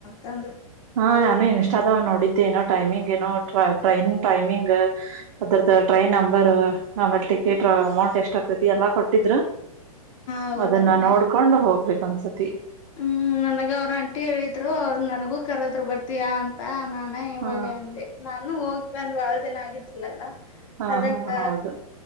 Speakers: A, on the left (about 60°); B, on the right (about 60°).
A: ತಂದರು
B: ಹಾ ನಾನು ಇನ್ಸ್ಟಾದ ನೋಡಿದ್ದೆ ಏನೋ ಟೈಮಿಂಗ್ ಏನೋ ಟ್ರೈನ್ ಟೈಮಿಂಗ್ ಅದರದ್ದ ಟ್ರೈನ್ ನಂಬರ್. ಆಮೇಲೆ ಟಿಕೆಟ್
A: ಹ
B: ಅಮೌಂಟ್ ಎಷ್ಟ ಪ್ರತಿ ಎಲ್ಲಾ ಕೊಟ್ಟಿದ್ರು.
A: ಹೌದಣ
B: ಅದನ್ನ ನೋಡ್ಕೊಂಡು ಹೋಗ್ಬೇಕು. ಒಸತಿ
A: ಹ್ಮ್ ನನ್ಗ ಅವ್ರರು ಅಂಟಿ ಹೇಳಿದ್ರು ಅವರು ನನಗೂ ಕರದ್ರು ಬರ್ತೀಯಾ ಅಂತ ನ
B: ಹಾ
A: ಒಳ್ಳಿ ಅಂದೆ ನ ನಾನು ಹೋಗಿ ಬಂದ್ ಬಾಳ್ ದಿನ ಆಗಿದ್ದಿಲ್ಲಲ್ಲಾ.
B: ಹಾ
A: ಅದಕ್ಕ
B: ಹಾ ಹೌದು